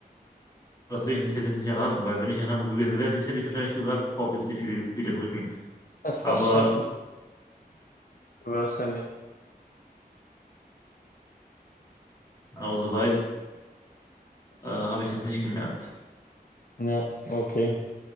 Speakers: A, on the left (about 20°); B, on the left (about 60°).
A: Deswegen hätte ich das jetzt nicht erraten, weil wenn ich in Hamburg gewesen wäre, hätte ich hätte ich wahrscheinlich gesagt, boah, gibt es hier viele, viele Brücken.
B: <laughs>
A: Aber,
B: Wahrscheinlich. Wahrscheinlich.
A: aber soweit äh, habe ich das nicht gemerkt.
B: Ja, okay.